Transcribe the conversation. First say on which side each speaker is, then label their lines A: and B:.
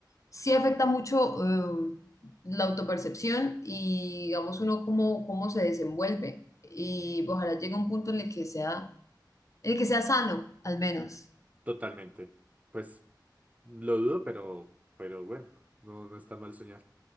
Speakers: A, on the left (about 45°); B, on the right (about 20°).
A: sí afecta mucho eh, la autopercepción y, digamos, uno cómo, cómo se desenvuelve. Y ojalá llegue un punto en el que sea, en el que sea sano, al menos.
B: Totalmente. Pues lo dudo, pero, pero bueno, no, no está mal soñar.